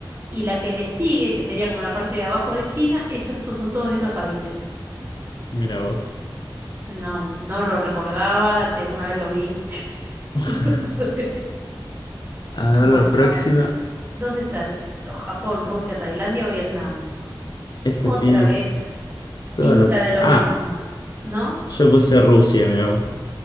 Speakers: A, on the right; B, on the left.
A: y la que le sigue, que sería como la parte de abajo de China, eso estos son todos estos países.
B: Mira vos.
A: No, no lo recordaba, si alguna vez lo vi, <laughs>
B: <laughs>
A: no sé.
B: A ver
A: Bueno,
B: la próxima.
A: a ver, ¿dónde está esto? ¿Japón, Rusia, Tailandia o Vietnam?
B: Esta
A: Otra
B: tiene
A: vez
B: toda
A: pinta
B: la...
A: de lo
B: Ah,
A: mismo, ¿no?
B: yo puse Rusia, mira vos.